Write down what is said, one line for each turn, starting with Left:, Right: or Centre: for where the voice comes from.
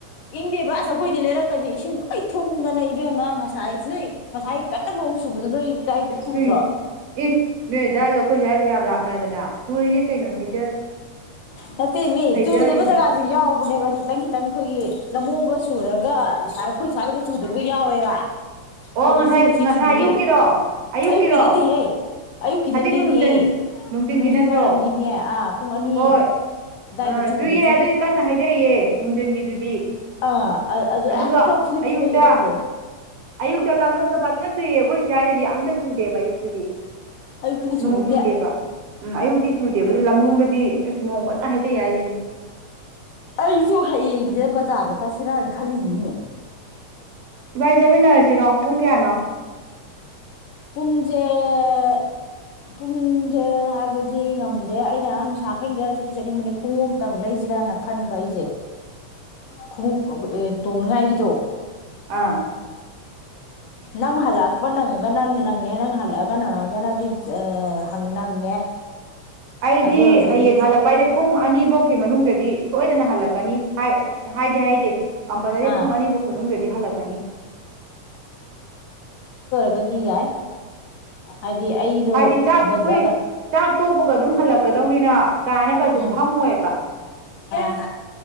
Left: ꯏꯡꯗꯦꯕ ꯑꯁ ꯑꯩꯈꯣꯏꯗꯤ ꯂꯩꯔꯛꯀꯗꯤ ꯏꯁꯤꯡ ꯂꯣꯏ ꯊꯨꯝꯗ ꯏꯕꯦꯝꯃ ꯉꯁꯥꯏ ꯅꯣꯏ-ꯉꯁꯥꯏ ꯀꯟꯅ ꯅꯣꯡ ꯆꯨꯕꯗꯣ ꯅꯣꯏ ꯗꯥꯏꯗꯤ
Right: ꯏꯁꯇ꯭ꯔꯤ
Left: ꯄꯨꯗ꯭ꯔꯣ
Right: ꯏ ꯅꯣꯏ ꯑꯗꯨꯋꯥꯏꯒ ꯑꯩꯈꯣꯏ ꯁ꯭ꯋꯥꯏꯒ ꯌꯥꯝ ꯂꯥꯞꯅꯗꯅ ꯆꯨꯔꯤꯅꯤ ꯀꯩꯅꯣ ꯍꯩꯗ
Left: ꯅꯠꯇꯦ ꯃꯤ
Right: ꯍꯩꯗꯔꯤꯅꯤ
Left: ꯆꯨꯗꯕ ꯖꯒꯥꯁꯨ ꯌꯥꯎꯕꯅꯦꯕ ꯈꯤꯇꯪ- ꯈꯤꯇꯪ ꯑꯩꯈꯣꯏꯒꯤ ꯂꯝꯂꯣꯡꯗ ꯆꯨꯔꯒ ꯑꯁꯥꯏ ꯑꯩꯈꯣꯏ ꯁꯥꯏꯗꯒ ꯆꯨꯗꯕꯒ ꯌꯥꯎꯋꯦꯕ ꯑꯣ
Right: ꯉꯁꯥꯏ
Left: ꯃꯆꯤ- ꯃꯆꯤ
Right: ꯉꯁꯥꯏ
Left: ꯆꯨꯕꯒꯤ
Right: ꯑꯌꯨꯛꯀꯤꯔꯣ ꯑꯌꯨꯛꯀꯤꯔꯣ
Left: ꯑꯌꯨꯛꯀꯤ ꯅꯠꯇꯦꯍꯦ -ꯑꯌꯨꯛꯀꯤ
Right: ꯍꯧꯖꯤꯛ
Left: ꯅꯠꯇꯦꯅꯦꯍꯦ
Right: ꯅꯨꯡꯊꯤꯟ ꯅꯨꯡꯊꯤꯟꯒꯤ
Left: ꯅꯨꯡꯊꯤꯟ
Right: ꯅꯠꯇ꯭ꯔꯣ
Left: ꯋꯥꯏꯔꯝꯒꯤꯅꯦꯍꯦ ꯑꯥ ꯄꯨꯡ ꯑꯅꯤ
Right: ꯍꯣꯏ
Left: ꯑꯗꯥꯏꯗ
Right: ꯑꯥ
Left: ꯆꯨꯕ
Right: ꯆꯨꯌꯦ ꯑꯗꯨꯏ ꯀꯟꯅ ꯍꯥꯏꯗꯩꯌꯦ ꯅꯨꯡꯊꯤꯟꯒꯤꯗꯨꯗꯤ
Left: ꯑ ꯑꯗꯨ
Right: ꯑꯗꯨꯒ
Left: ꯑꯦꯇ ꯐꯨꯗꯠ-
Right: ꯑꯌꯨꯛꯇ
Left: ꯐꯨꯒ ꯍꯩꯗꯕꯗꯣ
Right: ꯑꯌꯨꯛꯇ ꯂꯝꯂꯣꯡꯗ ꯐꯖꯅ ꯆꯨꯏꯌꯦ ꯑꯩꯈꯣꯏ ꯁ꯭ꯋꯥꯏꯗꯗꯤ ꯑꯝꯇ ꯆꯨꯗꯦꯕ ꯑꯌꯨꯛꯇꯨꯗꯤ
Left: ꯑꯌꯨꯛꯇꯨꯗꯤ ꯆꯨꯍꯧꯗꯦ
Right: ꯅꯣꯡ ꯆꯨꯗꯦꯕ ꯎꯝ ꯑꯌꯨꯛꯇꯤ ꯆꯨꯗꯦꯕ ꯑꯗꯨ ꯂꯝꯂꯣꯡꯗꯗꯤ ꯑꯁ ꯅꯣꯡ ꯐꯖꯟ ꯍꯩꯗꯩ ꯍꯥꯏꯁꯤꯅꯦ
Left: ꯑꯩꯁꯨ ꯍꯌꯦꯡꯁꯦ ꯕꯖꯥꯔꯗ ꯆꯠꯁꯤꯔꯅ ꯈꯜꯂꯤꯅꯤꯅꯦ
Right: ꯏꯕꯥꯅꯤ ꯆꯠꯃꯤꯟꯅꯔꯁꯤꯔꯣ ꯄꯨꯡ ꯀꯌꯥꯅꯣ
Left: ꯄꯨꯡꯖꯦ- ꯄꯨꯡꯖꯦ ꯍꯥꯏꯕꯗꯤ ꯉꯝꯗꯦ ꯑꯩꯅ ꯅꯨꯡꯁꯥ ꯍꯩꯌꯦꯡꯗ ꯆꯠꯇꯤ ꯆꯠꯅꯤꯡꯕꯅꯤ ꯈꯣꯡꯎꯨꯞ ꯑꯝꯇ ꯂꯩꯁꯤꯔꯅ ꯈꯟꯕ ꯑꯩꯁꯦ ꯈꯣꯡꯎꯞ ꯇꯣꯡꯅꯤꯡꯉꯥꯏꯒꯤꯗꯣ
Right: ꯑꯥ
Left: ꯅꯪ ꯍꯜꯂꯛꯄ ꯅꯪꯉꯒꯅ- ꯅꯪꯉꯦ ꯅꯪ ꯍꯜꯂꯛꯑꯒ ꯅꯪꯉꯒꯅ ꯑꯗꯨ ꯅꯪꯉꯦ
Right: ꯑꯩꯗꯤ
Left: ꯑꯗꯨ ꯑꯣꯏꯔꯒꯗꯤ
Right: ꯍꯌꯦꯡ ꯍꯜꯂꯛꯄ ꯍꯥꯏꯁꯦ ꯄꯨꯡ ꯑꯅꯤꯐꯧꯒꯤ ꯃꯅꯨꯡꯗꯗꯤ ꯁꯣꯏꯗꯅ ꯍꯜꯂꯛꯀꯅꯤ ꯍꯥꯏꯗꯤ -ꯍꯥꯏꯍꯩꯗꯦ ꯀꯝꯄꯜꯁꯔꯤ
Left: ꯑꯥ
Right: ꯄꯨꯡ ꯑꯅꯤ ꯐꯥꯎꯀꯤ ꯃꯅꯨꯡꯗꯗꯤ ꯍꯜꯂꯛꯀꯅꯤ
Left: ꯀꯗꯤ ꯌꯥꯏ ꯍꯥꯏꯗꯤ ꯑꯩꯗꯣ
Right: ꯍꯥꯏꯗꯤ ꯆꯥꯛ ꯑꯩꯈꯣꯏ
Left: ꯕꯖꯥꯔꯗ
Right: ꯆꯥꯛ ꯇꯣꯛꯄꯒ ꯑꯗꯨꯝ ꯍꯜꯂꯛꯀꯗꯧꯅꯤꯅ ꯀꯥꯏꯅ ꯀꯩꯁꯨ
Left: ꯎꯝ
Right: ꯐꯝꯃꯣꯏꯕ
Left: ꯑꯥ